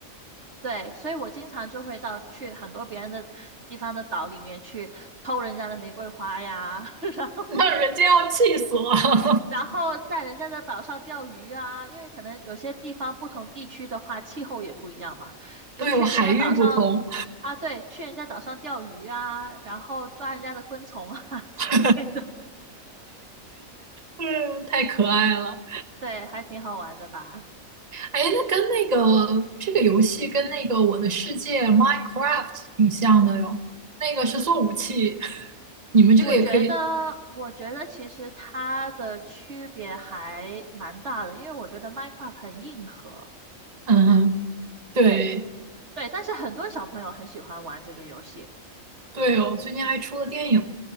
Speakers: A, on the right; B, on the right.
A: 对，所以我经常就会到去很多别人的地方的岛里面去偷人家的玫瑰花呀，<laughs> 然后
B: <laughs> 那人家要气死了。
A: 然后在人家的岛上钓鱼啊，因为可能有些地方不同地区的话气候也不一样嘛，就去人家岛上
B: 都有海域不同，
A: 啊，对，去人家岛上钓鱼啊，然后抓人家的昆虫啊 <laughs> 之类的，
B: <laughs> 嗯，太可爱了。
A: 对，还挺好玩的吧。
B: 哎，那跟那个这个游戏跟那个《我的世界》Minecraft 挺像的哟。那个是做武器，<laughs> 你们这个也可以。
A: 我觉得，我觉得其实它的区别还蛮大的，因为我觉得 Minecraft 很硬核，
B: 嗯，对
A: 对对，但是很多小朋友很喜欢玩这个游戏，
B: 对哦，最近还出了电影。